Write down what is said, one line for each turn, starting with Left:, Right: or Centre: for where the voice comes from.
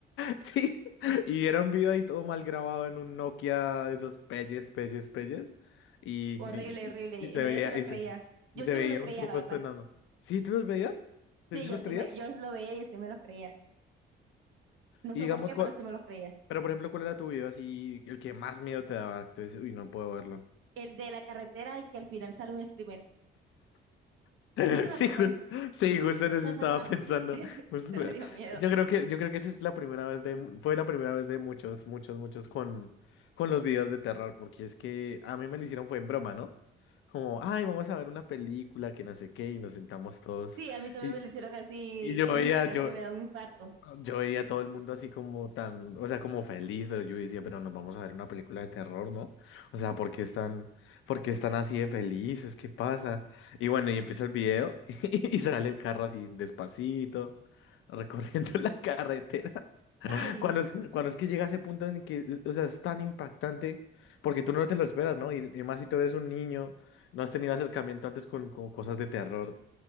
Left: Sí, <laughs> y era un video ahí todo mal grabado en un Nokia de esos pelles, pelles, pelles. Y,
Right: Horrible,
Left: y-
Right: horrible.
Left: y se
Right: Y nadie
Left: veía,
Right: se lo
Left: y
Right: creía.
Left: se,
Right: Yo
Left: y se
Right: sí
Left: veía
Right: me lo creía,
Left: un supuesto
Right: la verdad.
Left: enano. ¿Sí te los veías?
Right: Sí,
Left: ¿Sí sí
Right: yo
Left: los
Right: sí
Left: creías?
Right: me, yo lo veía y yo sí me los creía. No
Left: Y
Right: sé
Left: digamos,
Right: por qué, pero
Left: cuál,
Right: sí me los creía.
Left: pero por ejemplo, ¿cuál era tu video así, el que más miedo te daba? Que tú dices, uy, no puedo verlo.
Right: El de la carretera y que al final sale un screamer.
Left: <laughs>
Right: ¿No te lo
Left: Sí,
Right: has visto?
Left: ju- sí, justo
Right: <laughs>
Left: en eso estaba pensando.
Right: Ese,
Left: justo-
Right: se me
Left: eh,
Right: dio miedo.
Left: yo creo que, yo creo que esa es la primera vez de, mu- fue la primera vez de muchos, muchos, muchos con, con los videos de terror, porque es que a mí me lo hicieron fue en broma, ¿no? Como, ay, vamos a ver una película que no sé qué, y nos sentamos todos.
Right: Sí, a mí también
Left: Y,
Right: me lo hicieron así,
Left: y yo veía,
Right: uy, casi
Left: yo,
Right: me da un infarto.
Left: yo veía a todo el mundo así como tan, o sea, como feliz, pero yo decía, pero nos vamos a ver una película de terror, ¿no? O sea, ¿por qué están, por qué están así de felices? ¿Qué pasa? Y bueno, y empieza el video <laughs> y sale el carro así despacito, <laughs> recorriendo la carretera. <laughs>
Right: ¡Tan!
Left: Cuando es, cuando es que llega ese punto en que, e, o sea, es tan impactante, porque tú no te lo esperas, ¿no? Y, y más si tú eres un niño, no has tenido acercamiento antes con, con cosas de terror.